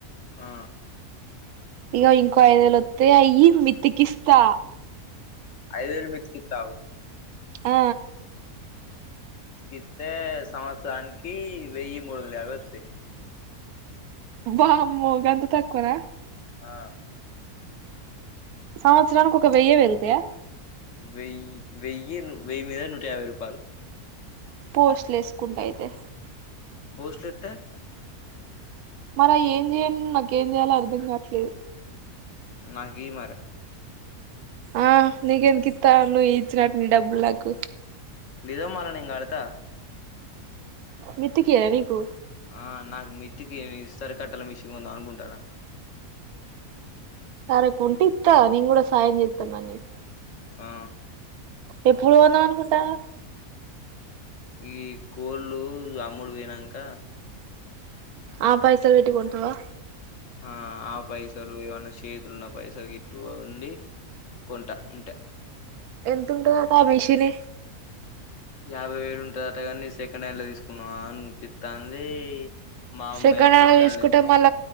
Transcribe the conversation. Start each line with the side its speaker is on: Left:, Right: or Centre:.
Left: ఆ
Right: ఇగ ఇంకో ఐదువేలువత్తే అయ్యి మితికిస్తా
Left: ఐదు వేలు మితికిత్తవు
Right: ఆ
Left: ఇత్తే సంవత్సరానికి వెయ్యి మూడువందల యాభై వత్తాయి
Right: వామ్మో గంత తక్కువ నా
Left: ఆ
Right: సంవత్సరాలనికి ఒక వెయ్యే పెరుగుతాయా
Left: వెయ్యి వెయ్యి వెయ్యి మీదా నూట యాభై రూపాయల్
Right: పోస్ట్లు వేసుకుంటాయితే
Left: పోస్ట్లో ఎత్తే
Right: మరి అయ్యి ఏం చేయను నేను ఏం చేయాలో నాకు అర్థం కావట్లేదు
Left: నాకీ మరే
Right: ఆ నీకెందుకు ఇత్త నువ్వు ఇచ్చినట్టు నీ డబ్బులు నాకు
Left: లేద మళ్ళా నేను కడతా
Right: విత్తీకియనా నీకు
Left: ఆ నాకు మిట్టికి మిసరు కట్టల మిషన్ కొందాం అనుకుంటున్న.
Right: సరే కొంటె ఇత్తా నేను కూడా సాయంచేత్త మరి నీకు
Left: ఆ
Right: ఎప్పుడు కొందాం అనుకుంటాన్నావు
Left: ఇదిగో ఈ కోళ్ళు అమ్ముడు పోయినంక
Right: ఆ పైసలు పెట్టీ కొంటావా
Left: ఆ ఆ పైసలు ఇవన్న చేతులున్న పైసలు గట్టుగా ఉండి కొంటా అంతే
Right: ఎంతంటుందంట ఆ మిషిని
Left: యాభై వేలు ఉంటది అట కానీ నేనుసెకండ్ హ్యాండ్ లో తీసుకుందామా అనిపిత్తాంది మా అమ్మేమో
Right: సెకండ్ హ్యాండ్
Left: ఫస్ట్
Right: లో తీసుకుంటే
Left: తీసుకు
Right: మళ్ళ